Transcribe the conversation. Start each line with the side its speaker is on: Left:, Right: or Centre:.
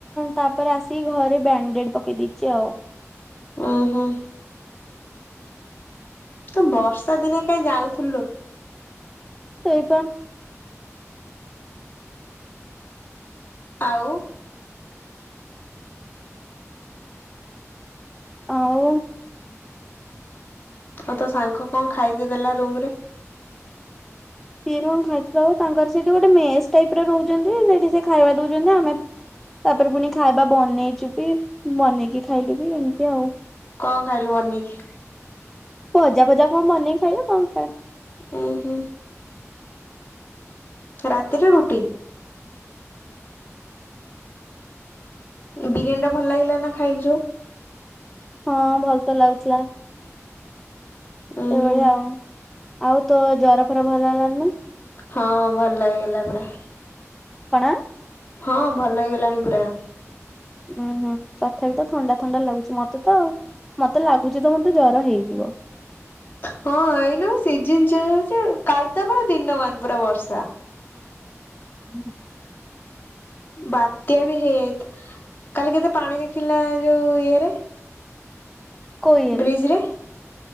Centre: ତାପରେ ଆସିକି ଘରେ ବ୍ୟାଣ୍ଡେଡ ପକେଇ ଦେଇଛି ଆଉ
Left: ଉହୁଁ ତୁ ବର୍ଷା ଦିନେ କାହିଁ ଯାଉଥିଲୁ ଲ?
Centre: ସେଇପା
Left: ଆଉ
Centre: ଆଉ
Left: ଆଉ ତୋ ସାଙ୍ଗ କଣ ଖାଇତେ ଦେଲା ରୁମ ରେ?
Centre: ସିଏ କଣ ଖାଇତେ ଦେବ ତାଙ୍କର ସେଠି ଗୋଟେ ମେସ୍ ଟାଇପ ରହୁଛନ୍ତି ସେଠି ସେ ଖାଇବା ଦଉଛନ୍ତି ଆମେ ତାପରେ ପୁଣି ଖାଇବା ବନେଇ ଯିବି ବନେଇକି ଖାଇଲୁ ବି ଏମିତି ଆଉ
Left: କଣ ଖାଇଲୁ ବନେଇକି?
Centre: ଭଜା ଫଜା କଣ ବନେଇ ଖାଇବା କଣ ଖାଇ-
Left: ହୁଁ ହୁଁ ରାତିରେ ରୁଟି ବିରିୟାନୀ ଟା ଭଲ ଲାଗିଲା ନା ଖାଇଲୁ ଯୋଉ
Centre: ହଁ ଭଲ ତ ଲାଗୁଥିଲା
Left: ଉୁଁ
Centre: ସେଭଳିଆ
Left: ହୁଁ
Centre: ଆଉ ଆଉ ତୋ ଜର ଫର ଭଲ ହେଲାନି ନା?
Left: ହଁ ଭଲ ହୋଇଗଲା ପୁରା
Centre: କଣ?
Left: ହଁ ଭଲ ହେଇଗଲାଣି ପୁରା
Centre: ହୁଁ ହୁଁ ତଥାପି ତ ଥଣ୍ଡା ଥଣ୍ଡା ଲାଗୁଛି ମୋତେ ତ ମୋତେ ଲାଗୁଛି ତ ମୋତେ ଜର ହେଇଯିବ
Left: ହଁ ଏଇନା ସିଜିନ ଚେଞ୍ଜ ହଉଛି କାଲି ତ ଆମର ଦିନମାନ ପୁରା ବର୍ଷା
Centre: <inaudible>
Left: ବାତ୍ୟା ବି ହେଇଯାଇ କାଲି କେତେ ପାଣି ଦେଖିଲୁ ନା ଯୋଉ ଇଏରେ
Centre: କୋଉ ଇଏରେ
Left: ବ୍ରିଜରେ